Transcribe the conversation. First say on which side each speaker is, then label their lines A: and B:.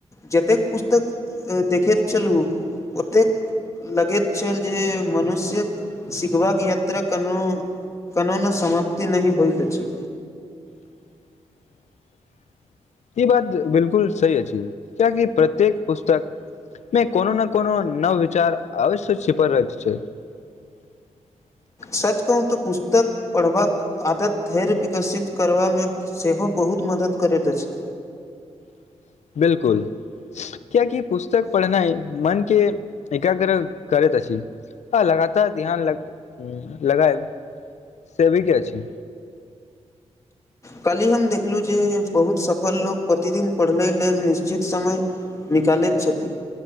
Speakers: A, on the left; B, on the left.
A: जतेक पुस्तक देखैत छलू ओतेक लगेैत छै जे मनुष्य सीखबाक यात्रा कनो कनो ने समाप्ति नहिं होईत अछि
B: <inaudible> ई बात बिलकुल सही अछि किया की प्रत्येक पुस्तक मे कोनो न कोनो नव विचार अवश्य छिपल रहेत छै <inaudible>
A: सच कहू त पुस्तक पढ़बाक आदत धैर्य विकसित करबा मे सेहो बहुत बहुत मदद करैत अछि
B: <inaudible> बिलकुल किया की पुस्तक पढ़नाइ मन के एकाग्र करैत अछि आ लगातार ध्यान ल लगायब सेब कि आछि
A: कालहि हम देखलहुँ जे बहुत सफल लोक प्रतिदिन पढ़ले लेल निश्चित समय निकलेत छथि